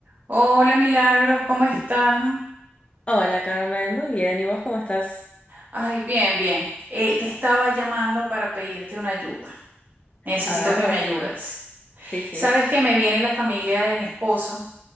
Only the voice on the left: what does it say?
Hola Carmen, muy bien. ¿Y vos cómo estás?
A ver,
decime.
Sí, sí.